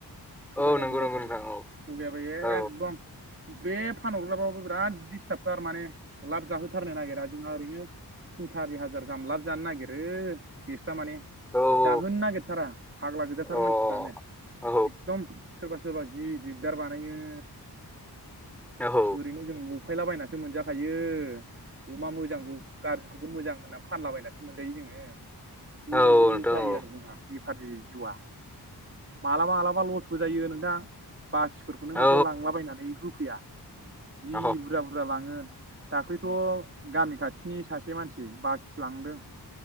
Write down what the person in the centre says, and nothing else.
औ नंगौ
नंगौ नोंथां औ
औ
औ
अ औ
औ
औ
औ नोंथां
औ
औ
अ